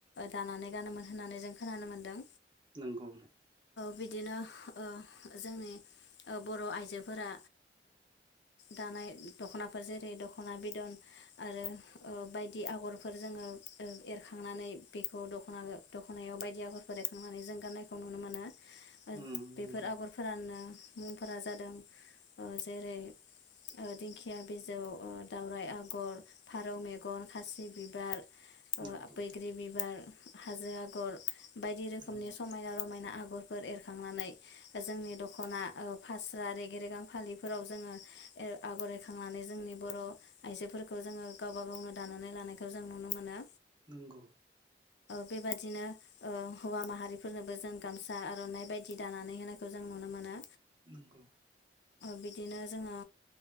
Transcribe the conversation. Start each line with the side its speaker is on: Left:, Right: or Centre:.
Left: दानानै गानोमोन होननानै जों खोनानो मोनदों
Right: नंगौ
Left: बिदिनो जोंनि बर' आइजोफोरा दानाय दख'नाफोर जेरै दख'ना बिदन आरो बायदि आगरफोर जोङो एरखांनानै बेखौ दख'ना दख'नायाव बायदि आगरफोर देखांनानै जों गान्नायखौ नुनो मोनो।
Right: उम
Left: बेफोर
Right: नंगौ
Left: आगरफोरानो मुंफोरा जादों जेरै दिंखिया बिजौ दावराइ आगर फारौ मेगन खासि बिबार
Right: नंगौ
Left: बैग्रि बिबार हाजो आगर बायदि रोखोमनि
Right: नंगौ
Left: समायना रमायना आगर आगरफोर एरखांनानै जोंनि दख'ना फास्रा रेगे रेगां फालिफोराव जोङो आगर एखांनानै जोंनि बर' आइजोफोरखौ जोङो गावबा गावनो दानानै लानायखौ जों नुनो मोनो
Right: नंगौ
Left: बेबादिनो हौवा माहारिफोरनोबो जों गामसा आर'नाय बायदि दानानै होनायखौ जों नुनो मोनो
Right: नंगौ
Left: बिदिनो जोङो